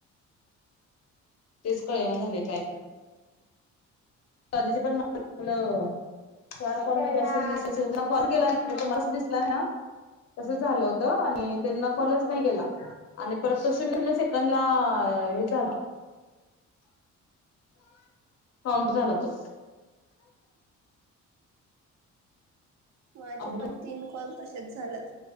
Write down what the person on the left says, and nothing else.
तेच कळेना झाले, काय ते कधीच पण म्हटलं, चार कॉलमध्ये अस कॉल केला नाही. तुम्हाला गेला नाही दिसला नाही ना, तसं झालं होत आणि त्यांना कॉल
च
नाही गेला. आणि परत तो शून्य सेकंद ला हे झाला. काउंट झाला तो,
अबू